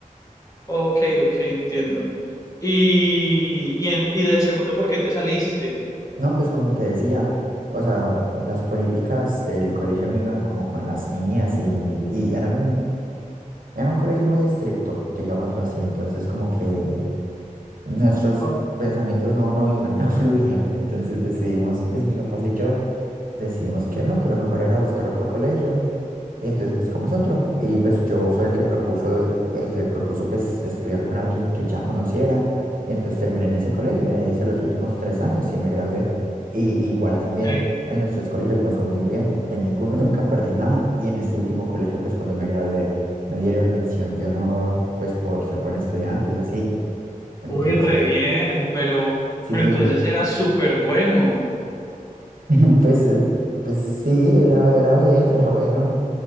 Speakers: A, on the left; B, on the right.
A: Ok, ok, entiendo. Y, y, en- y del segundo, ¿por qué te saliste?
B: No, pues como te decía, o sea, las políticas del colegio no iban como con las mías y, y eran, era un colegio muy estricto, digámoslo así, entonces como que nuestros
A: Ok.
B: pensamientos no, no iban, <laughs> no fluían, entonces decidimos, pues mis papás y yo decidimos que no, que lo mejor era buscar otro colegio Y entonces buscamos otro. Y pues yo fue el que propuso, eh, el que propuso pues estudiar con alguien que ya conociera. Y entonces terminé en ese colegio, y ahí hice los últimos tres años y me gradué. Y igual
A: Ok,
B: también en los tres colegios me fue muy bien. En ninguno <laughs> nunca perdí nada. Y en este último colegio, pues cuando me gradué, me dieron mención de honor, pues por ser buen estudiante y así. Entonces,
A: Uy, re bien, pero,
B: sí,
A: pero entonces era súper bueno.
B: <laughs> pues, eh, pues sí, era, era bien, era bueno.